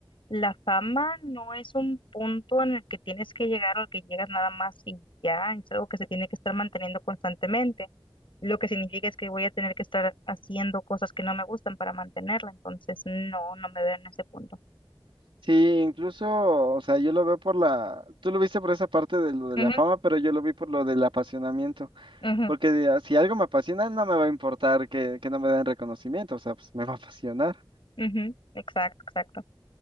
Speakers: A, on the left; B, on the right.
A: la fama no es un punto en el que tienes que llegar o al que llegas nada más y ya, es algo que se tiene que estar manteniendo constantemente, lo que significa es que voy a tener que estar haciendo cosas que no me gustan para mantenerla, entonces no, no me veo en ese punto.
B: Sí, incluso, o sea, yo lo veo por la, tú lo viste por esa parte de lo de
A: Ujú,
B: la fama, pero yo lo vi por lo del apasionamiento,
A: ujú,
B: porque de- ah, si algo me apasiona, no me va a importar que, que no me den reconocimiento, o sea, pues me va a apasionar.
A: ujú, exacto, exacto.